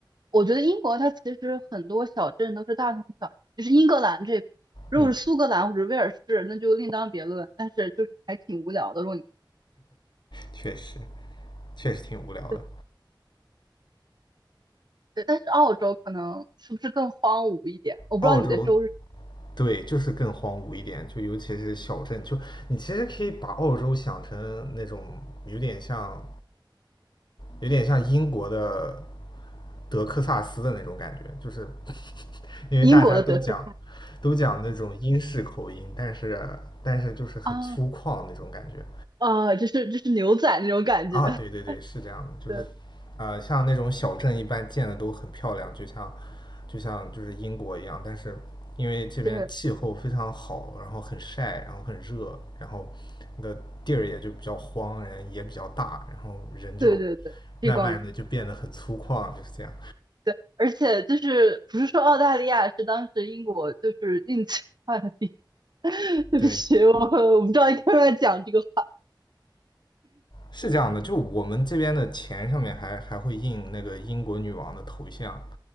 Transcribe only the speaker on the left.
嗯，
确实，确实挺无聊的。
澳洲，对，就是更荒芜一点，就尤其是小镇，就你其实可以把澳洲想成那种有点像有点像英国的德克萨斯的那种感觉，就是 <laughs> 因为大家都讲
都讲那种英式口音，但是但是就是很粗犷那种感觉。
啊，
对对对，是这样的，就是，
呃，像那种小镇一般建的都很漂亮，就像，就像就是英国一样，但是因为这边气候非常好，
然后很晒，然后很热，然后那个地儿也就比较荒，人也比较大，然后人就
慢慢的就变得很粗犷，就是这样。
对，
是这样的，就我们这边的钱上面还还会印那个英国女王的头像，